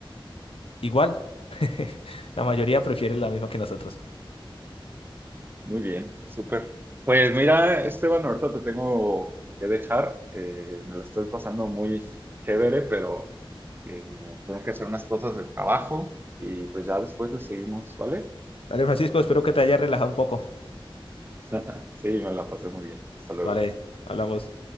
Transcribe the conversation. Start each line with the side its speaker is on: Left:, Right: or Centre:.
Left: Igual, <laughs> la mayoría prefiere
Right: Ujú.
Left: la misma que nosotros.
Right: Muy bien, súper. Pues mira, Esteban, ahorita te tengo que dejar. Eh, me la estoy pasando muy chévere, pero eh, tengo que hacer unas cosas del trabajo y pues ya después le seguimos, ¿vale?
Left: Dale, Francisco, espero que te haya relajado un poco.
Right: <laughs> Sí, me la pasé muy bien. Hasta luego.
Left: Vale, hablamos.